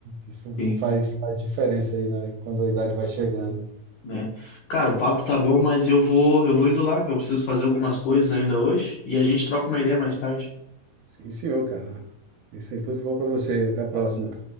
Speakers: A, on the right (about 80°); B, on the left (about 80°).
A: Isso
B: sim.
A: faz, faz diferença aí, né? Quando a idade vai chegando.
B: né? Cara, o papo tá bom, mas eu vou, eu vou indo lá, que eu preciso fazer algumas coisas ainda hoje, e a gente troca uma ideia mais tarde.
A: Sim, senhor, cara. Isso aí, tudo de bom pra você. Até a próxima.
B: Valeu.